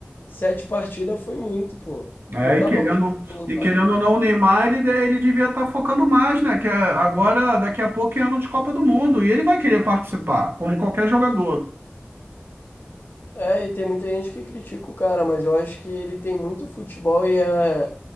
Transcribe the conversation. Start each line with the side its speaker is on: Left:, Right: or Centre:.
Left: sete partidas, foi muito, pô.
Right: É,
Left: Não dá
Right: e querendo,
Left: pra contar.
Right: e querendo ou não, o Neymar, ele, de- ele devia estar focando mais, né? Que é- agora, daqui a pouco, é ano de Copa do Mundo. E ele vai querer participar, como qualquer jogador.
Left: É, e tem muita gente que critica o cara, mas eu acho que ele tem muito futebol e é,